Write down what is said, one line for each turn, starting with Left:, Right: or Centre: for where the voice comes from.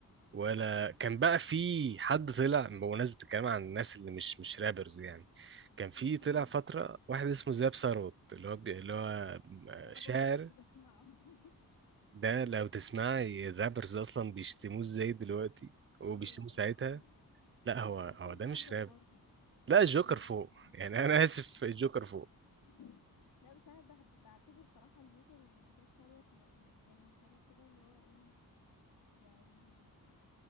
Right: ولا كان بقى في حد طلع بمناسبة الكلام عن الناس اللي مش مش رابرز يعني كان في طلع
Left: مم.
Right: فترة واحد اسمه زياب ثروت اللي هو بي... اللي هو
Left: ده
Right: شاعر
Left: برضو كنت بسمعه <laughs>
Right: ده
Left: أيوه
Right: لو تسمعي الرابرز أصلا بيشتموه ازاي دلوقتي وبيشتموه
Left: أيوه أي
Right: ساعتها
Left: ده حقيقي
Right: لا هو
Left: وكان في
Right: هو
Left: الجوكر
Right: ده مش راب
Left: برضو
Right: لا الجوكر
Left: أيوه أيوه
Right: فوق
Left: ده حقيقي
Right: يعني انا <laughs> اسف الجوكر فوق
Left: <laughs> لا بس أنا بعد- بعتبر صراحة الجوكر وزاب ثروت م- يعني كانوا حاجة كده اللي هو ايه يعني